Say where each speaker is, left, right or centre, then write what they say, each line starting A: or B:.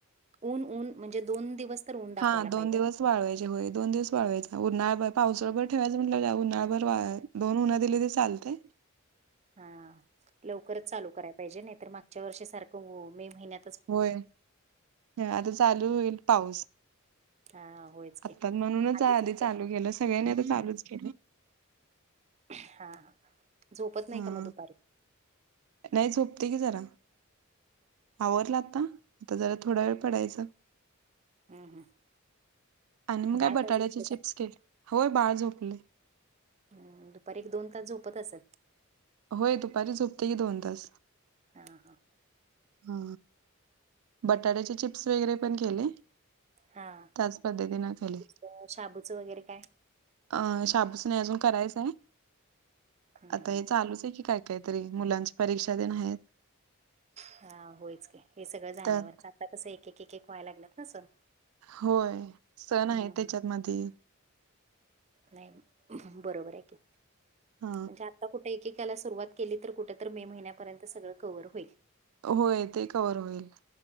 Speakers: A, on the right; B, on the right.
A: ऊन ऊन म्हणजे दोन दिवस. तर ऊन दाखवायला
B: हां, दोन
A: पाहिजे
B: दिवस
A: ना.
B: वाळवायचे होय, दोन दिवस वाळवायचं उन्हाळाभर पावसाळा भर ठेवायचं म्हणल्यावर काय, उन्हाळाभर वाळ, दोन ऊन दिली तरी चालतंय.
A: हा, लवकरच चालू कराय पाहिजे, नाही तर मागच्या वर्षीसारखं हो, मे महिन्यात.
B: होय, हे आता चालू होईल पाऊस.
A: हा होयच
B: आता
A: की
B: म्हणूनच
A: आधीच
B: आधी
A: इथे
B: चालू केलं, सगळ्यांनी आता चालूच केलंय.
A: हां, झोपत नाही
B: हा
A: का मग दुपारी?
B: नाही, झोपते की जरा. आवरलं आता, आता जरा थोडा वेळ पडायचं.
A: हम्म हम्म
B: आणि मग
A: बाळ
B: काय बटाट्याचे
A: झोपलं
B: चिप्स
A: का?
B: केले, होय, बाळ झोपलंय.
A: हम्म, दुपारी एक दोन तास झोपत असल.
B: होय, दुपारी झोपतंय की दोन तास.
A: आ हा.
B: हा. बटाट्याचे चिप्स वगैरे पण केले.
A: हा.
B: त्याच पद्धतीनं केले.
A: दुसरं शाबूचं वगैरे काय?
B: अ... शाबूच नाही अजून करायचाय,
A: हम्म
B: आता
A: हम्म.
B: हे चालूच आहे की काय. काहीतरी मुलांची परीक्षा देनं आहेत.
A: हा, होयच की हे सगळं झाल्यावरच
B: त्यात
A: आता कसं एक-एक-एक व्हाय लागल्यात ना सण.
B: होय. सण
A: हम्म
B: आहे त्याच्यातमधी.
A: नाही. बरोबर आहे की
B: हा
A: म्हणजे आता कुठे एक सुरुवात केली तर कुठ मे महिना पर्यंत सगळ कव्हर होईल.
B: होय. ते कवर होईल